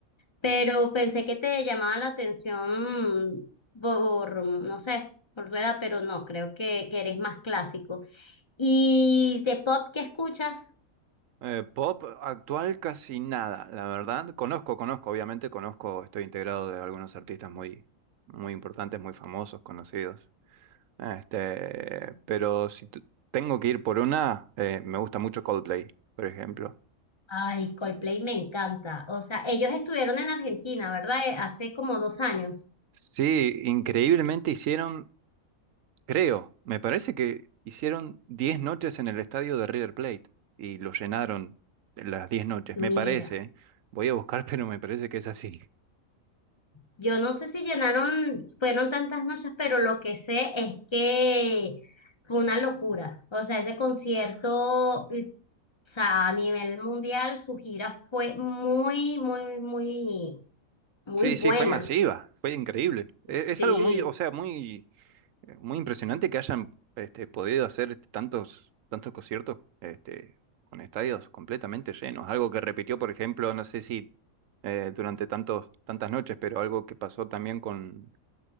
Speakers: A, on the left; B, on the right.
A: Pero pensé que te llamaba la atención mm, por, mm, no sé, por tu edad, pero no, creo que, que eres más clásico. ¿Y de pop qué escuchas?
B: Eh, pop actual casi nada, la verdad. Conozco, conozco, obviamente conozco, estoy integrado de algunos artistas muy, muy importantes, muy famosos, conocidos. Este, pero si tu- tengo que ir por una, eh, me gusta mucho Coldplay, por ejemplo.
A: Ay, Coldplay me encanta. O sea, ellos estuvieron en Argentina, ¿verdad? Eh, Hace como dos años.
B: Sí, increíblemente hicieron, creo, me parece que hicieron 10 noches en el estadio de River Plate y lo llenaron las 10 noches,
A: Mira.
B: me parece. ¿eh? Voy a buscar, <laughs> pero me parece que es así.
A: Yo no sé si llenaron, fueron tantas noches, pero lo que sé es que fue una locura. O sea, ese concierto, y- o sea, a nivel mundial, su gira fue muy, muy, muy, muy
B: Sí,
A: buena.
B: sí, fue masiva, fue increíble. E-
A: Sí,
B: Es, algo muy, o sea, muy, eh, muy impresionante que hayan este, podido hacer este, tantos, tantos conciertos este, con estadios completamente llenos. Algo que repitió, por ejemplo, no sé si eh, durante tantos, tantas noches, pero algo que pasó también con,